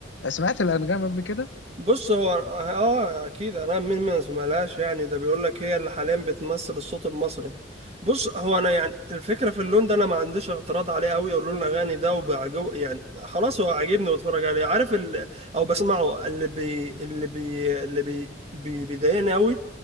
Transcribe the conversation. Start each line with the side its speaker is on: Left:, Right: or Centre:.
Left: سمعت الأنغام قبل كده؟
Right: بص هو اه اكيد انا مين ما سمعلهاش يعني ده بيقول لك هي اللي حاليا بتمثل الصوت المصري بص هو انا يعني الفكره في اللون ده انا ما عنديش اعتراض عليه قوي او لون الاغاني ده وبعجو يعني خلاص هو عاجبني واتفرج عليه عارف ال... او بسمعه اللي بي اللي بي اللي بي, بي... بيضايقني قوي